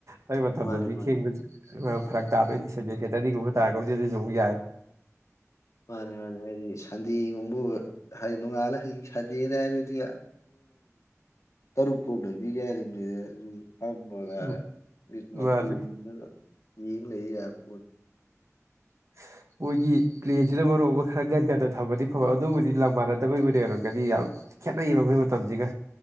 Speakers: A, on the right (about 65°); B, on the left (about 65°).
A: ꯂꯩ ꯃꯇꯝꯗꯗꯤ
B: ꯃꯥꯅꯦ ꯃꯥꯅꯦ
A: ꯊꯦꯡꯕ ꯐꯔꯛ ꯇꯥꯕꯩ ꯁ ꯊꯦꯇꯔꯗꯤꯒꯨꯝꯕ ꯇꯥꯔꯒꯕꯨꯗꯤ ꯑꯗꯨꯁꯨꯧꯕ ꯌꯥꯏ
B: ꯃꯥꯅꯤ ꯃꯥꯅꯦ ꯍꯥꯏꯗꯤ ꯁꯟꯗꯦꯒꯨꯝꯕ ꯍꯥꯏꯗꯤ ꯅꯣꯡꯉꯥꯜꯂ ꯁꯟꯗꯦꯅ ꯍꯥꯏꯔꯗꯤ
A: <unintelligible>
B: ꯇꯔꯨꯛ ꯐꯥꯎ ꯂꯩꯕꯤꯒꯦ ꯌꯥꯔꯤꯕꯅꯤꯗ ꯑꯗꯨ ꯐꯝꯃꯒ
A: ꯎꯝ
B: ꯃꯤꯠ
A: ꯃꯥꯅꯤ
B: ꯃꯀꯨꯒꯨꯝꯅ ꯌꯦꯡ ꯂꯩ ꯌꯥ ꯄꯣꯠ
A: <unintelligible> ꯃꯣꯏꯒꯤ ꯄ꯭ꯂꯦꯟꯁꯤꯅ ꯃꯔꯨꯞ ꯑꯃ ꯈꯔ ꯒꯟꯒꯟꯅ ꯊꯝꯃꯗꯤ ꯐꯕ ꯑꯗꯨꯕꯨꯗꯤ ꯂꯝ ꯃꯥꯟꯅꯗꯕꯒꯤ ꯑꯣꯏꯅ ꯑꯣꯏꯧꯔꯝꯒꯅꯤ ꯌꯥꯝ ꯈꯦꯠꯅꯩꯌꯦꯕ ꯑꯩꯈꯣꯏ ꯃꯇꯝꯁꯤꯒ